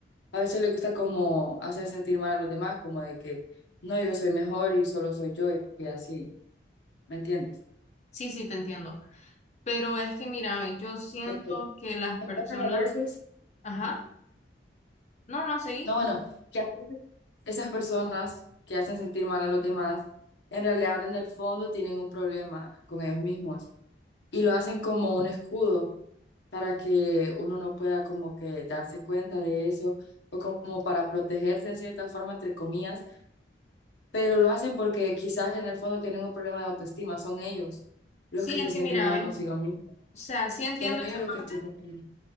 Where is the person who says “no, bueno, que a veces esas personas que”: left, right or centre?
Left